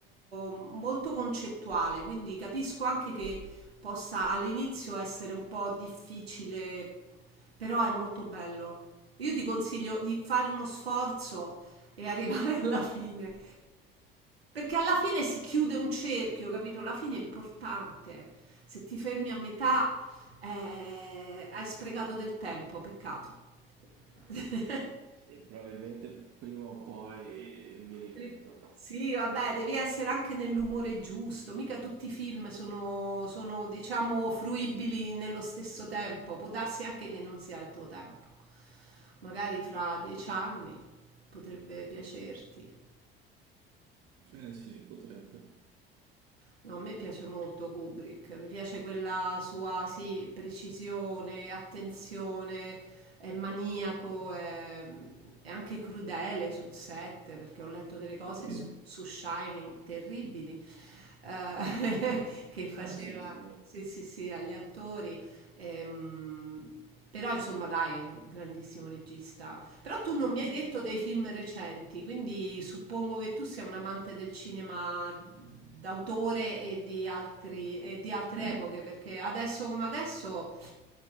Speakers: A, on the right; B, on the right.
A: molto concettuale, quindi capisco anche che possa all'inizio essere un po' difficile, però è molto bello. Io ti consiglio di fare uno sforzo e <laughs> arrivare alla fine, perché alla fine si chiude un cerchio, capito? La fine è importante. Se ti fermi a metà, eh, hai sprecato del tempo, peccato. <laughs>
B: E probabilmente prima o poi mi rimetto.
A: Pri sì, vabbè, devi essere anche nell'umore giusto, mica tutti i film sono sono, diciamo, fruibili nello stesso tempo. Può darsi anche che non sia il tuo tempo. Magari fra 10 anni potrebbe piacerti.
B: Eh sì, potrebbe.
A: No, a me piace molto Kubrick, mi piace quella sua, sì, precisione, attenzione, è maniaco, è, è anche crudele sul set, perché ho letto delle cose
B: Eh,
A: su, su Shining terribili, eh, <laughs> che faceva,
B: ah sì, sì.
A: sì, sì, sì, agli attori. Ehm, però, insomma, dai, è un grandissimo regista. Però tu non
B: Anche
A: mi hai detto dei film recenti, quindi suppongo che tu sia un amante del cinema d'autore e di altri- e di altre Mm. epoche, perché adesso come adesso